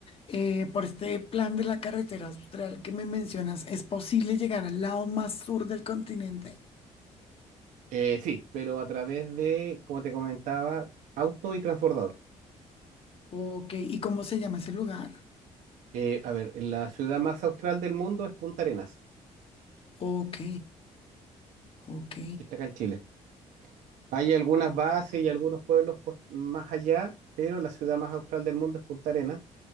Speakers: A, on the left; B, on the right.
A: Eh, por este plan de la carretera austral que me mencionas, ¿es posible llegar al lado más sur del continente?
B: Eh, sí, pero a través de, como te comentaba, auto y transbordador.
A: Ok, ¿y cómo se llama ese lugar?
B: Eh, a ver, la ciudad más austral del mundo es Punta Arenas,
A: Ok, ok.
B: que está acá en Chile. Hay algunas bases y algunos pueblos pos- más allá, pero la ciudad más austral del mundo es Punta Arenas.